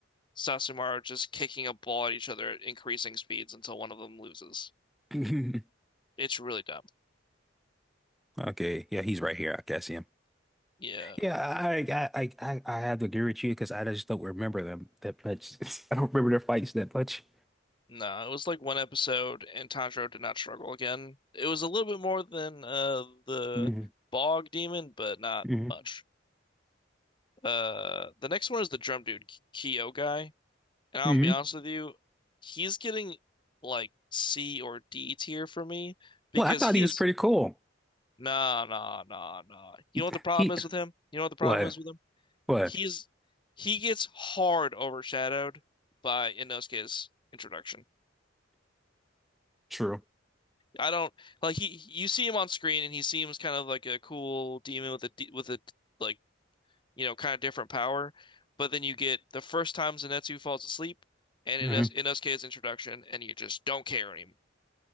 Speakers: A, on the left; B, in the centre.
A: Sasumaru just kicking a ball at each other at increasing speeds until one of them loses.
B: <laughs>
A: It's really dumb.
B: Okay, yeah, he's right here. I can see him.
A: Yeah.
B: Yeah, I I I I I have to agree with you because I just don't remember them that much. <laughs> I don't remember their fights that much.
A: No, it was like one episode, and Tanjiro did not struggle again. It was a little bit more than uh the
B: hmm
A: bog demon, but not
B: hmm
A: much. Uh, the next one is the drum dude, K- Kyo guy, and I'm
B: hmm
A: gonna be honest with you, he's getting like C or D tier for me because
B: Well, I thought
A: he
B: he was
A: is
B: pretty cool.
A: nah nah nah nah. You
B: He,
A: know what the problem
B: he
A: is with him? You know what the problem
B: What?
A: is with him?
B: What?
A: He's he gets hard overshadowed by Inosuke's introduction.
B: True.
A: I don't like he. You see him on screen, and he seems kind of like a cool demon with a d- with a like you know kind of different power. But then you get the first time Zenitsu falls asleep, and
B: hmm
A: in us in Inosuke's introduction, and you just don't care anymore.